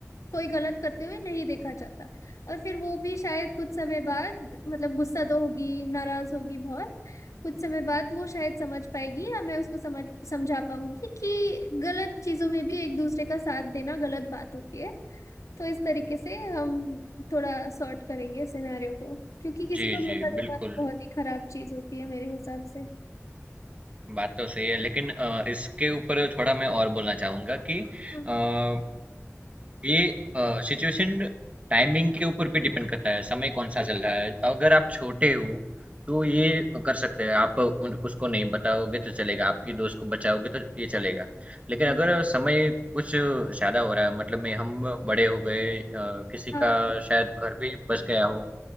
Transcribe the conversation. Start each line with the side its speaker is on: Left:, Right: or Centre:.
Left: कोई गलत करते हुए नहीं देखा जाता और फिर वो भी शायद कुछ समय बाद मतलब गुस्सा तो होगी नाराज होगी बहुत कुछ समय बाद वो शायद समझ पाएगी या मैं उसको समझ समझा पाऊंगी कि गलत चीजों में भी एक दूसरे का साथ देना गलत बात होती है तो इस तरीके से हम थोड़ा सॉर्ट करेंगे सिनेरियो को क्योंकि किसी
Right: जी
Left: को
Right: जी
Left: धोखा देना
Right: बिल्कुल
Left: तो बहुत ही खराब चीज होती है मेरे हिसाब से
Right: बात तो सही है लेकिन अ, इसके ऊपर थोड़ा मैं और बोलना चाहूँगा कि
Left: हम्म,
Right: अ, ये सिचुएशन टाइमिंग के ऊपर भी डिपेंड करता है समय कौन सा चल रहा है तो अगर आप छोटे हो तो ये कर सकते हैं आप उन, उसको नहीं बताओगे तो चलेगा आपकी दोस्त को बचाओगे तो ये चलेगा लेकिन
Left: जी
Right: अगर समय कुछ ज़्यादा हो रहा है मतलब में हम बड़े हो गए अ, किसी
Left: हाँ
Right: का शायद घर भी बस गया हो